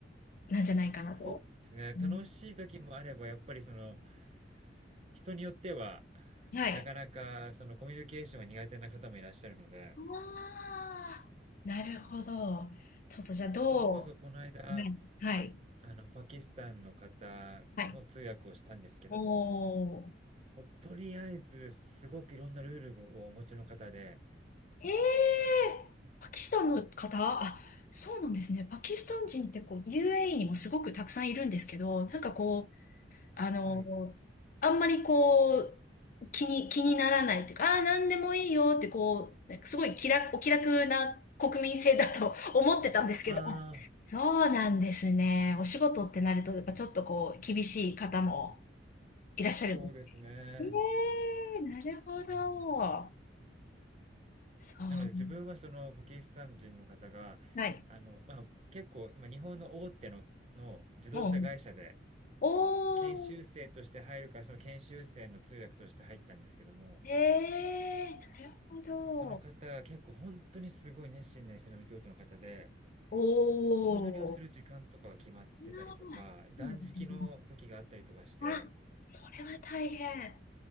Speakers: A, on the left (about 45°); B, on the right (about 35°).
A: なんじゃないかなと。
B: そうですね、楽しい時もあれば、
A: うん
B: やっぱりその、人によっては、
A: はい。
B: なかなかそのコミュニケーションが苦手な方もいらっしゃるので、
A: ああ、なるほど。ちょっとじゃあど
B: それこそこの間、
A: う、はい、はい、
B: あの、パキスタンの方の通訳をしたんですけども、
A: はい。おー。
B: もうとりあえずすごくいろんなルールをお持ちの方で
A: へえ、パキスタンの方あ、そうなんですね。パキスタン人ってこう、UAE にもすごくたくさんいるんですけど、なんかこう、あの、
B: はい。
A: あんまりこう、気に、気にならないっていうか、ああなんでもいいよってこう、なんかすごい気楽、お気楽な国民性だと <laughs> 思ってたんですけど、
B: あ
A: あそうなんですね。お仕事ってなると、やっぱちょっとこう、厳しい方もいらっしゃるんです。
B: あ、そうですね。
A: ええ、なるほど。
B: うん。
A: そう。
B: なので自分はそのパキスタン人の方が、
A: はい。
B: あの、まあ、結構今日本の大手の、の自動車会社で
A: もう、おー
B: 研修生として入るから、その研修生の通訳として入ったんですけども、
A: ええなるほど。
B: その方が結構ほんとにすごい熱心なイスラム教徒の方で、
A: おお。
B: お祈りをする時間とかが決まってたりとか、
A: ああ、そうなんですね。
B: 断食の時があったりとかして、
A: あ、それは大変。